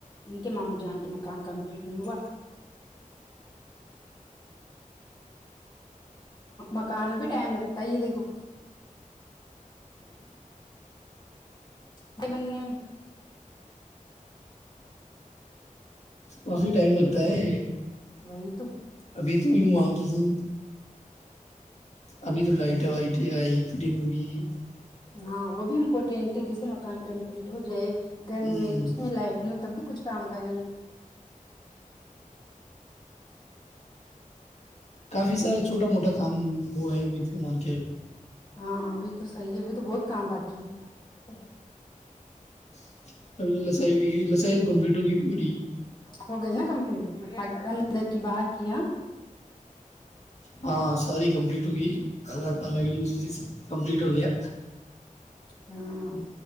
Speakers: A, on the left (about 30°); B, on the left (about 50°).
A: ان کے م جان کے مکان کمپلیٹ نہیں ہوا مکان میں بھی ٹائم لگتا ہی دیکھو ج بنے
B: کافی ٹائم لگتا ہے
A: وہی تو
B: ابھی تو بھی مانتی ہوں ابھی تو لائٹ ٹ آئی پڑ مگی <unintelligible>
A: ہاں وہ بھی امپورٹینٹ ہے جیسے مکان کمپلیٹ ہو جائے <unintelligible>
B: ہوں
A: دن میں اس میں لائٹ نہیں ہوتا کچھ کام کرنی ہے
B: کافی سارا چھوٹا موٹا کام وہ ہےد ومان کے
A: ہاں بھی تو سی ہے بھی تو بہت کام باقی ہے
B: س س کمپٹگ <unintelligible>
A: ہو گئی نا کمپلیٹ اندر کی باہر کی یہاں
B: ہاں ساری کمپلیٹ ہوگئی کالا تالا کمپلیٹ ہو گیا
A: ہاں